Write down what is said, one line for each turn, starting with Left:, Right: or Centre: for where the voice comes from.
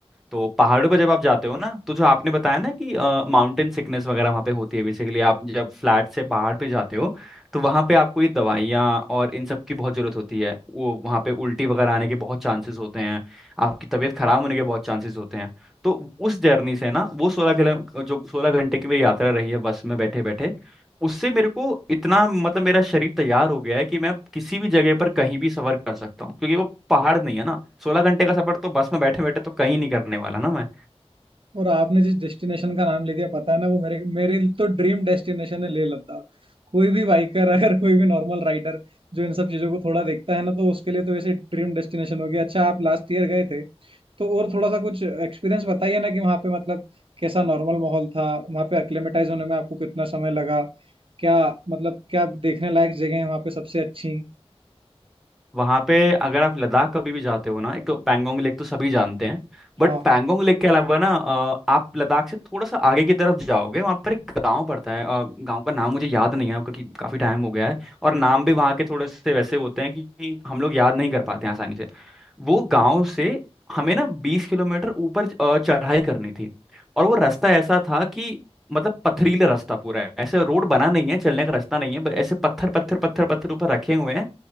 Centre: तो पहाड़ों पर जब आप जाते हो ना तो जो आपने बताया ना कि माउंटेन सिकनेस वगैरह वहाँ पे होती है बेसिकली आप जब फ्लैट से पहाड़ पे जाते हो तो वहाँ पे आपको ये दवाइयाँ और इन सब की बहुत ज़रूरत होती है वो वहाँ पे उल्टी वगैरह आने के बहुत चांसेस होते हैं आपकी तबीयत खराब होने के बहुत चांसेस होते हैं तो उस जर्नी से ना वो सोलह किलो जो सोलह घंटे की मेरी यात्रा रही है बस में बैठे बैठे उससे मेरे को इतना मतलब मेरा शरीर तैयार हो गया है कि मैं किसी भी जगह पर कहीं भी सफर कर सकता हूँ क्योंकि वो पहाड़ नहीं है ना सोलह घंटे का सफर तो बस में बैठे बैठे तो कहीं नहीं करने वाला ना मैं
Right: और आपने जिस डेस्टिनेशन का नाम ले दिया पता है ना वो मेरे मेरे लिए तो ड्रीम डेस्टिनेशन है लेह लद्दाख कोई भी बाइकर <laughs> अगर कोई भी नॉर्मल राइडर जो इन सब चीजों को थोड़ा देखता है ना तो उसके लिए तो वैसे ड्रीम डेस्टिनेशन हो गया अच्छा आप लास्ट ईयर गए थे तो और थोड़ा सा कुछ एक्सपीरियंस बताइए ना कि वहाँ पे मतलब कैसा नॉर्मल माहौल था वहाँ पे एक्लेमेटाइज होने में आपको कितना समय लगा क्या मतलब क्या देखने लायक जगह है वहाँ पे सबसे अच्छी
Centre: वहाँ पे अगर आप लद्दाख कभी भी जाते हो ना एक तो पैंगोंग लेक तो सभी जानते हैं बट
Right: हाँ
Centre: पैंगोंग लेक के अलावा ना अ, आप लद्दाख से थोड़ा सा आगे की तरफ जाओगे वहाँ पर एक गांव पड़ता है अ, गांव का नाम मुझे याद नहीं है क्योंकि काफ़ी टाइम हो गया है और नाम भी वहाँ के थोड़े से वैसे होते हैं कि कि हम लोग याद नहीं कर पाते हैं आसानी से वो गांव से हमें ना बीस किलोमीटर ऊपर अ, चढ़ाई करनी थी और वो रास्ता ऐसा था कि मतलब पथरीला रास्ता पूरा है ऐसे रोड बना नहीं है चलने का रास्ता नहीं है ब- ऐसे पत्थर पत्थर पत्थर पत्थर ऊपर रखे हुए हैं